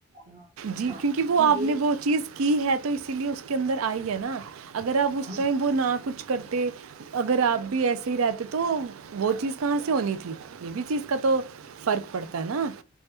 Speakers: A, on the right (about 35°); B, on the right (about 85°).
A: ہاں
B: جی
A: ہاں
B: کیونکہ وہ
A: کہ یہ
B: آپ نے وہ چیز کی ہے تو اسی لیے اس کے اندر آئی ہے نا اگر آپ اس
A: ہاں
B: ائم وہ نہ کچھ کرتے اگر آپ بھی ایسے ہی رہتے تو وہ چیز کہاں سے ہونی تھی یہ بھی چیز کا تو فرق پڑا نا